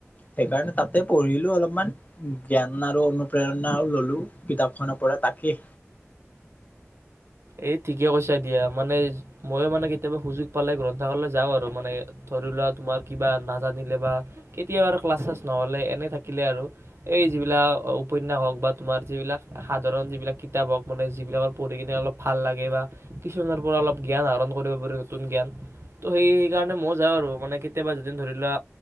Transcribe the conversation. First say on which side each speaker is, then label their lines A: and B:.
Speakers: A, on the left (about 35°); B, on the right (about 65°).
A: সেইকাৰণে তাতে পঢ়িলো অলপমান। জ্ঞান আৰু প্ৰেৰণাও ল'লোঁ কিতাপখনৰ পৰা তাকেই
B: এই ঠিকেই কৈছো দিয়া, মানে ময়ো মানে কেতিয়াবা সুযোগ পালে গ্ৰন্থাগাৰলৈ যাওঁ আৰু মানে, ধৰি লোৱা তোমাৰ কিবা নাজানিলে বা কেতিয়াবা ক্লাছ চাছ নহ'লে, এনে থাকিলে আৰু, এই যিবিলাক উপন্যাস হওক বা তোমাৰ যিবিলাক, সাধাৰণ যিবিলাক কিতাপ হওক মানে যিবিলাকৰ পঢ়ি কিনে অলপ ভাল লাগে বা কিছুমানৰ পৰা অলপ জ্ঞান আহৰণ কৰিব পাৰি নতুন জ্ঞান। তো সেই সেইকাৰণে মই যাওঁ আৰু মানে কেতিয়াবা যদিন ধৰি লোৱা